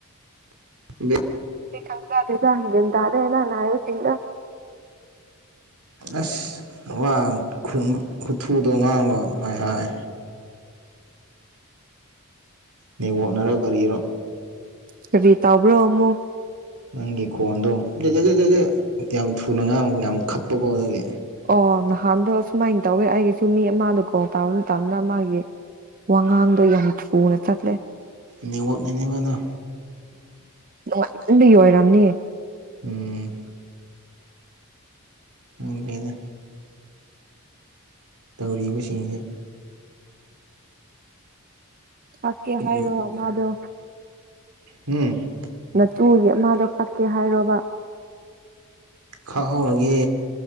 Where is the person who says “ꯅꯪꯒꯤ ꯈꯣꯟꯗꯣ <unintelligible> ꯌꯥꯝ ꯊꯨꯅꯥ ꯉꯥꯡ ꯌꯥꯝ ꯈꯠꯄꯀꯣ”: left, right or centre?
Right